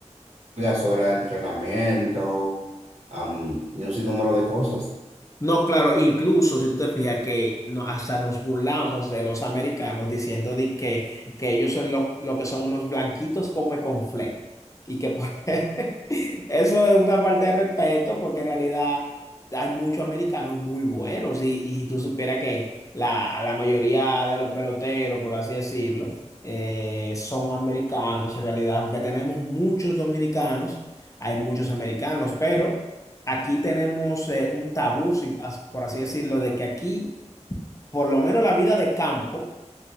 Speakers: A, on the right; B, on the left.
A: largas horas de entrenamiento, am, y un sinnúmero de cosas.
B: No, claro, incluso si tú te fijas que no, hasta nos burlamos de los americanos diciendo de que, que ellos son lo, lo que son unos blanquitos come conflé. Y que por- <laughs> eso es una falta de respeto porque en realidad hay muchos americanos muy buenos y, y si tú supieras que la, la mayoría de los peloteros, por así decirlo, eh, son americanos en realidad, aunque tenemos muchos dominicanos, hay muchos americanos, pero aquí tenemos eh, un tabú, si- as- por así decirlo, de que aquí, por lo menos la vida de campo,